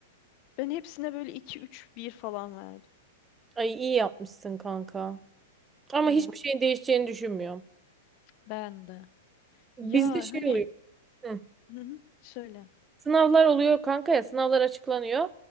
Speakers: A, on the left; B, on the right.
A: Ben hepsine böyle iki üç bir falan verdim.
B: Ay iyi yapmışsın kanka. Ama
A: Evet.
B: hiçbir şeyin değişeceğini düşünmüyorum.
A: Ben de.
B: Bizde
A: Ya
B: şey
A: hani
B: oluyor. Hı.
A: Hı hı, şöyle.
B: Sınavlar oluyor kanka ya sınavlar açıklanıyor.